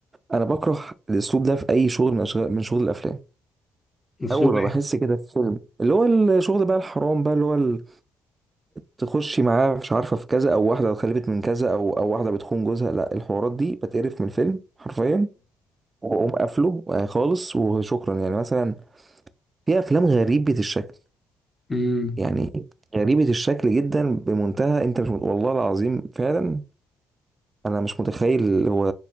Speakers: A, on the right (about 25°); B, on the left (about 20°).
A: انا بكره الاسلوب ده في اي شغل من أشغال من شغل الافلام
B: اسلوب
A: اول ما
B: ايه
A: بحس كده في فيلم اللي هو الشغل بقى الحرام بقى اللي هو ال- تخشي معاه مش عارفه في كذا او واحده اتخلفت من كذا او او واحده بتخون جوزها لا الحوارات دي بتقرف من الفيلم حرفيا واقوم قافله آه، خالص وشكرا يعني مثلا في افلام غريبه الشكل
B: امم
A: يعني غريبه الشكل جدا بمنتهى انت مش مت- والله العظيم فعلا انا مش متخيل هو